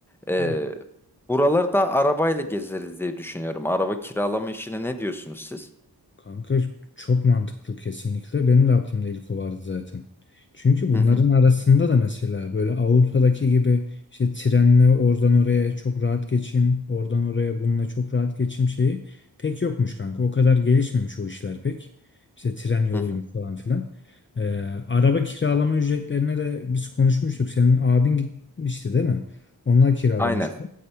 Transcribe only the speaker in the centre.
Ee,
buralarda arabayla gezeriz diye düşünüyorum. Araba kiralama işine ne diyorsunuz siz?
Hı hı,
hı hı.
Aynen.